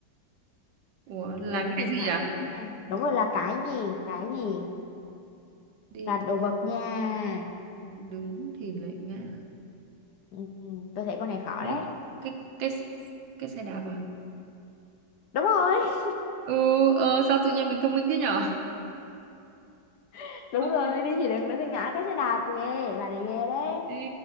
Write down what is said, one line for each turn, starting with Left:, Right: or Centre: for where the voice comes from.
Right: Ủa, là
Left: đứng
Right: cái
Left: thì ngã
Right: gì à?
Left: nha đúng rồi là cái gì cái gì
Right: Đi
Left: là đồ vật nha
Right: thì đứng thì lại ngã.
Left: ừ, ừ, tôi thấy con này khó
Right: Cái
Left: đấy
Right: cái cái cái xe đạp à?
Left: đúng rồi
Right: Ừ, ờ, sao tự nhiên mình thông minh thế nhở?
Left: <laughs> đúng
Right: Không
Left: rồi
Right: thể,
Left: đi thì đứng đứng thì ngã cái xe đạp ghê bà này ghê đấy
Right: đi,